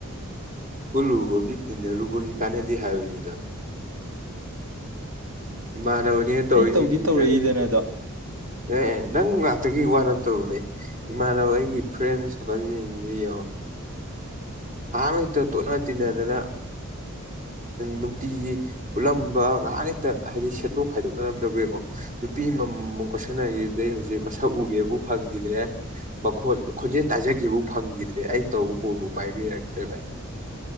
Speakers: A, on the right; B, on the right.
A: ꯀ ꯂꯨꯕꯒꯤ ꯇꯤꯟꯅꯔꯨꯕꯒꯤ ꯀꯥꯟꯅꯗ ꯍꯥꯏꯔꯣꯏꯅꯤꯗ ꯏꯃꯥꯟꯅꯕꯅꯦꯅ ꯇꯧꯔꯤꯁꯤꯡꯁꯤꯅ
B: ꯑꯩ ꯇꯧꯗꯤ ꯇꯧꯔꯛꯏꯗꯅ ꯑꯗꯣ
A: ꯑꯦ ꯅꯪ ꯉꯥꯛꯇꯒꯤ ꯋꯥꯅ ꯇꯧꯕ ꯑꯩ ꯏꯃꯥꯟꯅꯕ ꯑꯩꯒꯤ ꯐ꯭ꯔꯦꯟꯁ ꯍꯀ ꯌꯥ ꯉꯥꯏꯍꯥꯛ ꯂꯩꯇ ꯇꯣꯠꯅ ꯇꯤꯟꯅꯗꯅ ꯅꯨꯡꯇꯤꯒꯤ ꯄꯨꯜꯂꯝꯕ ꯉꯥꯏꯍꯥꯛ ꯂꯩꯇ ꯍꯥꯏꯗꯤ ꯁꯦꯠꯇꯣꯛ ꯈꯥꯏꯗꯣꯛꯅꯔꯝꯗꯕꯒꯤꯔꯣ ꯅꯨꯄꯤ ꯑꯃꯃꯝꯃꯝ ꯀꯣꯏꯁꯟꯅꯈꯤꯕꯗꯩ ꯍꯧꯖꯤꯛ ꯃꯁꯛ ꯎꯒꯦꯕꯨ ꯐꯪꯈꯤꯗ꯭ꯔꯦ ꯃꯈꯣꯜ ꯈꯣꯟꯖꯦꯜ ꯇꯥꯖꯈꯤꯕꯕꯨ ꯐꯪꯈꯤꯗ꯭ꯔꯦ ꯑꯩꯅ ꯇꯧꯕ ꯀꯣꯜꯗꯨ ꯄꯥꯏꯕꯤꯔꯛꯇ꯭ꯔꯦ ꯚꯥꯏ